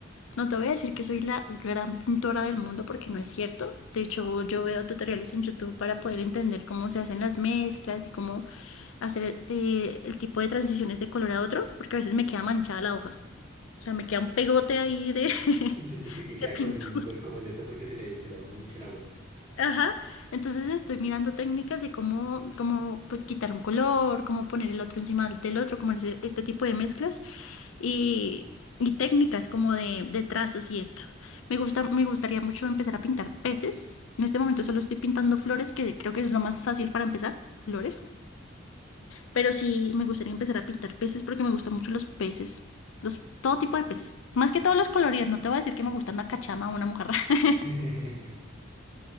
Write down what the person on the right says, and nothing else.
Sí, este que, que
queda
con, con- como el este porque se le, se le aunó mucho el agua.
<laughs>